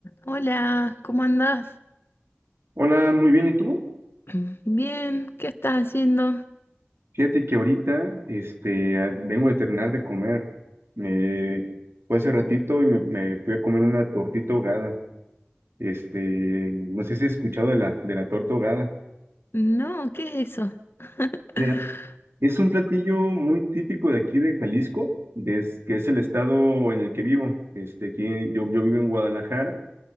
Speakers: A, on the left; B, on the right.
A: Hola, ¿cómo andás?
B: Hola, muy bien, ¿y tú?
A: <clears throat> Bien, ¿qué estás haciendo?
B: Fíjate que ahorita este, ah, vengo de terminar de comer. Me fue hace ratito y me, me fui a comer una tortita ahogada. Este, no sé si has escuchado de la, de la torta ahogada.
A: No, ¿qué es eso? <laughs>
B: Ya, Es un platillo muy típico de aquí de Jalisco, des- que es el estado en el que vivo. Este, aquí, yo, yo vivo en Guadalajara